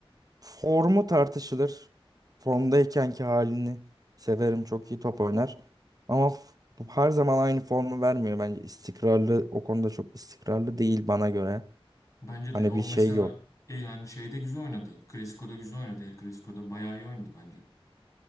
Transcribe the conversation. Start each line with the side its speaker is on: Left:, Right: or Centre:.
Right: Formu tartışılır. Formdaykenki halini severim. Çok iyi top oynar. Ama f- her zaman aynı formu vermiyor bence. İstikrarlı o konuda çok istikrarlı değil bana göre.
Left: Bence
Right: Hani
Left: de o
Right: bir şey
Left: mesela
Right: yok.
Left: e yani şeyde güzel oynadı. Clasico'da güzel oynadı. El Clasico'da bayağı iyi oynadı bence.